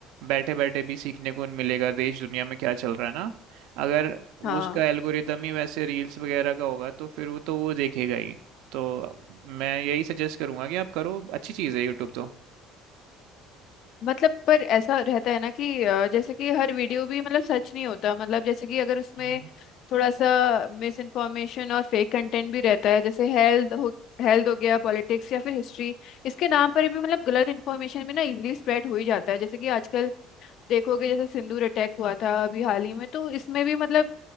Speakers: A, on the right (about 75°); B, on the left (about 50°).
A: बैठे बैठे भी सीखने को मिलेगा देश दुनिया में क्या चल रहा है ना अगर वो
B: हाँ
A: उसका एल्गोरिदम ही वैसे रील्स वगैरह का होगा तो फिर वो तो वो देखेगा ही तो मैं यही सजेस्ट करूंगा कि आप करो अच्छी चीज़ है यूट्यूब तो
B: मतलब पर ऐसा रहता है ना कि अ, जैसे कि हर वीडियो भी मतलब सच नहीं होता मतलब जैसे कि अगर उसमें
A: हम्म।
B: थोड़ा सा मिस इन्फॉर्मेशन और फेक कंटेंट भी रहता है जैसे हेल्थ हो हेल्थ हो गया पॉलिटिक्स या फिर हिस्ट्री इसके नाम पर भी मतलब गलत इन्फॉर्मेशन भी ना इजीली स्प्रेड हो ही जाता है जैसे कि आजकल देखोगे जैसे सिंदूर अटैक हुआ था अभी हाल ही में तो इसमें भी मतलब